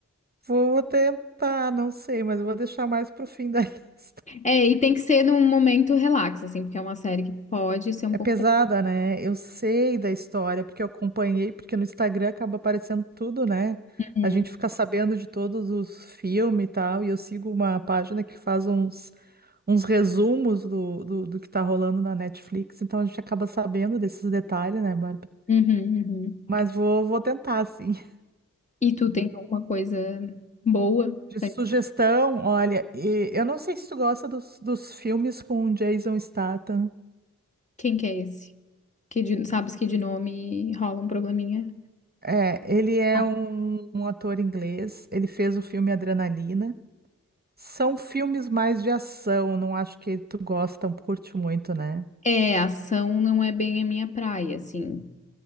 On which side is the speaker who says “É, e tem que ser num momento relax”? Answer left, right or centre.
Left